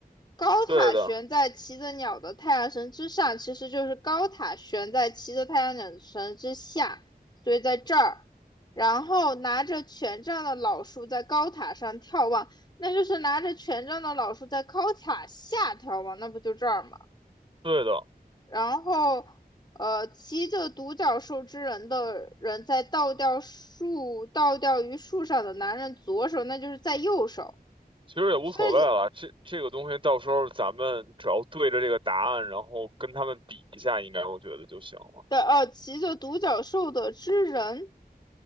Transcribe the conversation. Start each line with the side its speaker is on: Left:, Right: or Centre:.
Left: 高塔悬在骑着鸟的太阳神之上，
Right: 对的，
Left: 其实就是高塔悬在骑着太阳神之下，所以在这儿。然后拿着权杖的老树在高塔上眺望，那就是拿着权杖的老树在高塔下眺望，那不就这儿吗？
Right: 对的，
Left: 然后，呃，骑着独角兽之人的人在倒吊树倒吊于树上的男人左手，那就是在右手。
Right: 其实也无所谓了。
Left: 所以
Right: 这这个东西到时候咱们只要对着这个答案，然后跟他们比一下，应该我觉得就行了。
Left: 的呃，骑着独角兽的之人